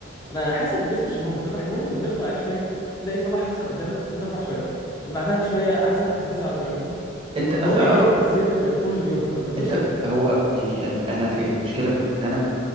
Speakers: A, on the left; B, on the right.
A: انا حاسس ان الفيس مش مهم فاهم احنا ممكن بندخل عليه شويه تلاقي فرح مثلا قدامك هتفرح شويه بعدها شويه عزا هتزعل شويه فاهمني
B: أنت أصلا
A: فهو بيغير في نفسيتك طول اليوم فملهوش
B: أنت
A: لازمه
B: هو يعني أنا في إن المشكلة إن أنا